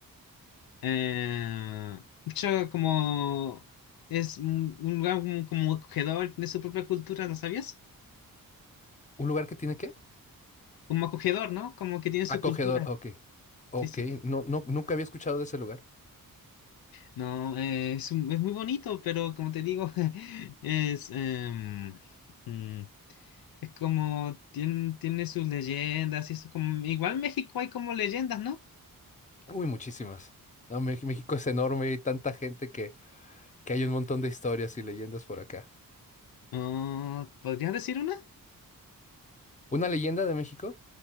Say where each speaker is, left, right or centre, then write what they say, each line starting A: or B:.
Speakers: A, on the left (about 80°); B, on the left (about 20°).
A: Eh, mucho como es un, un lugar como, como acogedor, tiene su propia cultura, ¿no sabías?
B: un lugar que tiene qué?
A: Como acogedor, ¿no? Como que tiene su
B: Acogedor,
A: cultura.
B: ok. Ok,
A: Sí, sí.
B: no, no, nunca había escuchado de ese lugar.
A: No, eh, es, un- es muy bonito, pero como te digo, <laughs> es, em, mm, es como tiene, tiene sus leyendas y eso como igual en México hay como leyendas, ¿no?
B: Uy, muchísimas. No, Mex- México es enorme y tanta gente que, que hay un montón de historias y leyendas por acá.
A: Ah, ¿podrías decir una?
B: ¿Una leyenda de México?